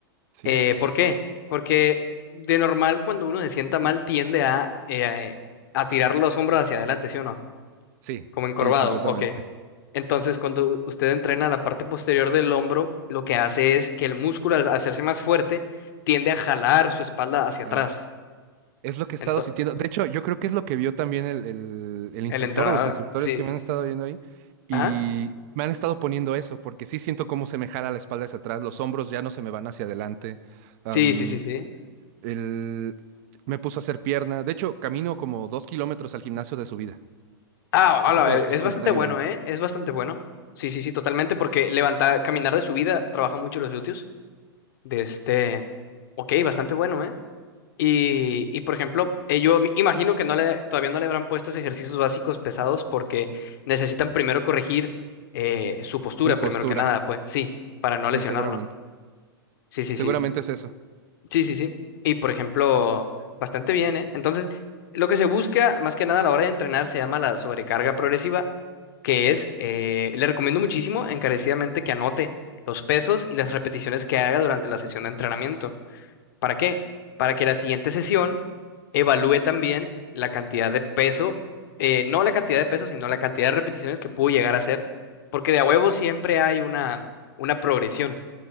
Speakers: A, on the right; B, on the left.
A: Sí,
B: Eh, ¿por qué? Porque de normal cuando uno se sienta mal tiende a, eh, a tirar los hombros hacia adelante, ¿sí o no?
A: sí,
B: Como encorvado,
A: sí, completamente.
B: ok. Entonces, cuando u- usted entrena la parte posterior del hombro, lo que hace es que el músculo, al hacerse más fuerte, tiende a jalar su espalda hacia
A: Ojalá.
B: atrás.
A: Es lo que he estado
B: Entonces,
A: sintiendo. De hecho, yo creo que es lo que vio también el, el- el instructor
B: el entrenador,
A: o los instructores
B: sí,
A: que me han estado viendo ahí. Y
B: ajá,
A: me han estado poniendo eso, porque sí siento cómo se me jala la espalda hacia atrás, los hombros ya no se me van hacia adelante. am,
B: sí, sí, sí, sí.
A: el- Me puso a hacer pierna. De hecho, camino como dos kilómetros al gimnasio de subida.
B: Ah,
A: Entonces
B: hola,
A: eso,
B: eh,
A: eso
B: es bastante
A: me está ayudando.
B: bueno, ¿eh? Es bastante bueno. Sí, sí, sí, totalmente, porque levantar, caminar de subida trabaja mucho los glúteos. De este, ok, bastante bueno, ¿eh? Y, y, por ejemplo, eh, yo me imagino que no le, todavía no le habrán puesto esos ejercicios básicos pesados porque necesitan primero corregir eh, su postura,
A: Mi postura,
B: primero que nada, pues sí, para no
A: sí,
B: lesionarlo.
A: seguramente.
B: Sí, sí,
A: Seguramente
B: sí.
A: es eso.
B: Sí, sí, sí. Y por ejemplo, bastante bien, ¿eh? Entonces, lo que se busca más que nada a la hora de entrenar se llama la sobrecarga progresiva, que es, eh, le recomiendo muchísimo encarecidamente que anote los pesos y las repeticiones que haga durante la sesión de entrenamiento ¿Para qué? Para que la siguiente sesión evalúe también la cantidad de peso, eh, no la cantidad de peso, sino la cantidad de repeticiones que pudo llegar a hacer, porque de a huevo siempre hay una, una progresión.